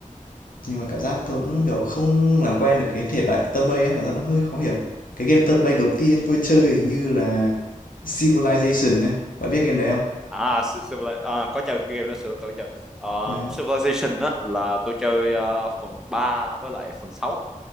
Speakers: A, on the left (about 75°); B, in the centre.
A: nhưng mà cảm giác tôi cũng kiểu không làm quen được cái thể loại turn based ấy, cảm giác nó hơi khó hiểu. Cái game turn based đầu tiên tôi chơi hình như là Civilization này. Bạn biết game đấy không?
B: à Civilization à, có chơi cái game đó sửa tôi chơi Ờ,
A: Đấy.
B: Civilization á là tôi chơi ờ, phần 3 với lại phần sáu